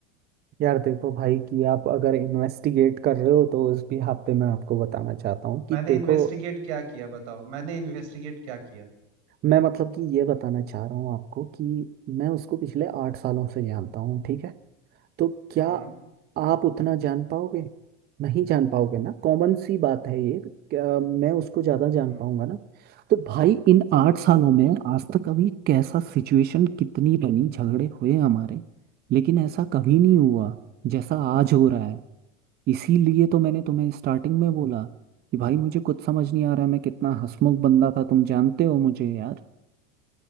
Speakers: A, on the right; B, on the right.
A: यार देखो भाई कि आप अगर इन्वेस्टिगेट कर रहे हो तो उस भी आप पे मैं आपको बताना चाहता हूँ कि
B: मैंने
A: देखो
B: इन्वेस्टिगेट क्या किया बताओ मैंने इन्वेस्टिगेट क्या किया
A: मैं मतलब कि ये बताना चाह रहा हूँ आपको कि मैं उसको पिछले आठ सालों से जानता हूँ ठीक है तो क्या
B: हम्म
A: आप उतना जान पाओगे नहीं जान पाओगे ना कॉमन सी बात है ये क्या मैं उसको ज़्यादा जान
B: हम्म
A: पाऊंगा ना तो भाई इन आठ सालों में आज तक अभी कैसा सिचुएशन कितनी बनी झगड़े हुए हमारे लेकिन ऐसा कभी नहीं
B: हम्म
A: हुआ जैसा आज हो रहा है इसीलिए तो मैंने तुम्हें स्टार्टिंग में बोला कि भाई मुझे कुछ समझ नहीं आ रहा है, मैं कितना हंसमुख बंदा था तुम जानते हो मुझे यार